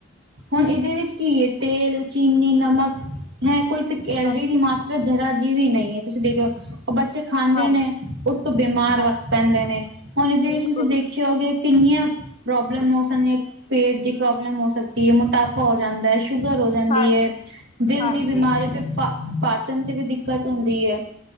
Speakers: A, on the right; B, on the left.
A: ਹੁਣ ਇਹਦੇ ਵਿੱਚ ਕੀ ਏ ਤੇਲ, ਚੀਨੀ, ਨਮਕ ਹੈਂ ਕੋਈ ਤੇ ਕੈਲਰੀ
B: ਹਾਂਜੀ
A: ਦੀ ਮਾਤ ਜਰਾ ਜੀਵ ਵੀ ਨਹੀਂ ਐ ਤੁਸੀਂ ਦੇਖਦੇ ਬੱਚੇ ਖਾਂਦੇ
B: ਹਾਂ
A: ਨੇ ਉਹ ਤੋਂ ਬਿਮਾਰ
B: ਹਾਂ
A: ਵੱਖਤ ਪੈਂਦੇ ਨੇ ਹੁਣ ਜੈ
B: ਬਿਲਕੁਲ
A: ਤੁਸੀਂ ਦੇਖਉ ਹੋਗੇ ਕਿੰਨੀਆਂ ਪ੍ਰੋਬਲਮ ਹੋ ਸਕਦੀਆਂ ਪੇਟ ਦੀ ਪ੍ਰੋਬਲਮ ਹੋ ਸਕਦੀ ਐ ਮੋਟਾਪੇ ਹੋ ਜਾਂਦਾ ਏ, ਸ਼ੂਗਰ ਹੋ ਜਾਂਦੀ
B: ਹਾਂਜੀ
A: ਏ, ਦਿਲ
B: ਹਾਂਜੀ
A: ਦੀ ਬਿਮਾਰੀ ਫਿਰ ਪਾ ਪਾਚਨ ਤੇ ਵੀ ਦਿੱਕਤ ਹੁੰਦੀ ਏ